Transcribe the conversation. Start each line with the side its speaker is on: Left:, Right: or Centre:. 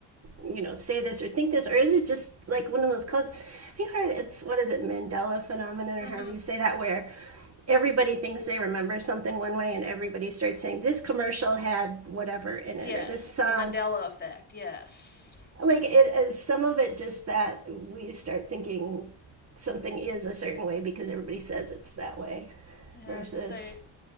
Right: you know say this or think this or is it just like one of those cult- have you heard it's what is it mandela phenomenon or
Left: hmm
Right: however you say that where everybody thinks they remember something one way and everybody starts saying this commercial had whatever in
Left: Yes,
Right: it or this song
Left: the Mandela effect. Yes.
Right: like it is some of it just that we start thinking something is a certain way because everybody says it's that way
Left: Yeah,
Right: versus
Left: I was gonna say.